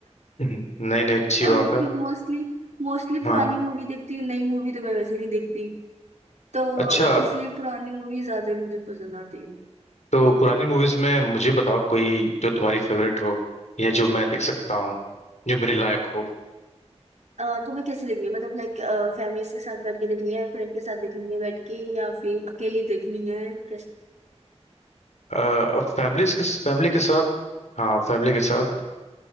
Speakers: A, on the left; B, on the right.
A: नहीं नहीं अच्छी
B: और
A: बात है
B: फिर मोस्टली मोस्टली
A: हाँ
B: पुरानी मूवी देखती हूँ नई मूवी तो मैं वैसे नहीं देखती तो
A: अच्छा
B: इसलिए पुरानी मूवी ज्यादा मुझे पसंद आती है
A: तो पुरानी मूवीज में मुझे बताओ कोई जो तुम्हारी फेवरेट हो या जो मैं देख सकता हूँ जो मेरे लायक हो
B: अ, तुम्हें कैसे देखनी है मतलब लाइक फैमिलीज के साथ बैठ के देखनी है फ्रेंड के साथ देखनी है बैठ के या फिर अकेले देखनी है कैसे
A: अ, अब फैमिली के फैमिली के साथ हाँ फैमिली के साथ